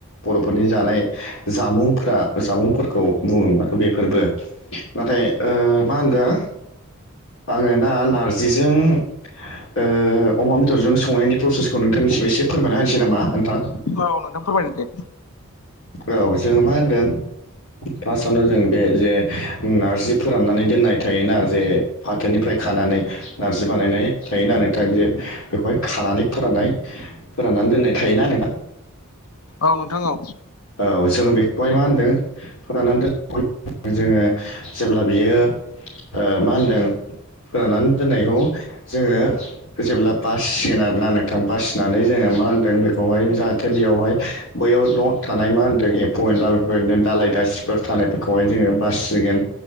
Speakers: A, on the left; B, on the left.
A: बर'फोरनि जानाय जामुंफोरा जामुंफोरखौ बुङोमोन बेफोरबो नाथाय ओ मा होनदों आङो ना नारजिजों ओ अमा बेदरजों संनायनि प्रसेसखौ नोंथांनिसिम एसे फोरमायना होनोसै नामा नोंथां।
B: औ नोंथां फोरमायदो दे
A: औ जों मा होनदों फार्स्टआवनो जों बे जे नारजि फोराननानै दोननाय थायोना जे फाथोनिफ्राय खानानै नारजि बानायनाय थायोना नोंथां बे बेखौहाय खानानै फोराननाय फोराननानै दोननाय थायोना नोंथां
B: औ नोंथां औ
A: औ जों बेखौहाय मा होन्दों फोराननानै दोन जोङो जेब्ला बियो मा ओ माहोनदों फोरानानै दोननायखौ जोङो जेब्ला बासिसिगोन आरोना नोंथां बासिनानै जोङो मा होनदों बेखौहाय जाहा थे बेयावहाय बैयाव द' थानाय मा होनदों एम्फौ एनला बेफोरबायदिनो दालाय दास फोर थानायफोरखौहाय जोङो बासिगोन